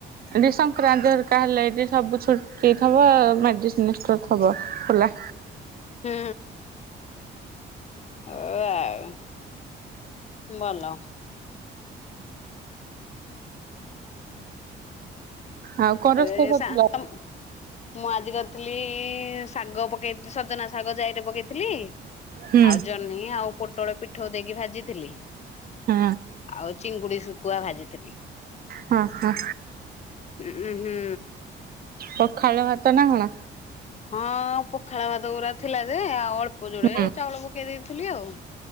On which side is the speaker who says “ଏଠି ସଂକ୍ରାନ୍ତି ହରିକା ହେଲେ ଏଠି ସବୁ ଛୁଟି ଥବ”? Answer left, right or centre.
Right